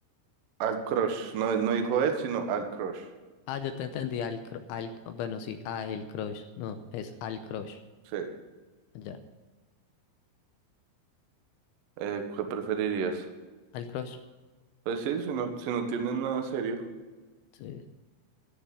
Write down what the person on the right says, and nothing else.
Al crush, no, no dijo él, sino al crush.
Sí.
Eh, ¿qué preferirías?
Pues sí, si no, si no tienen nada serio.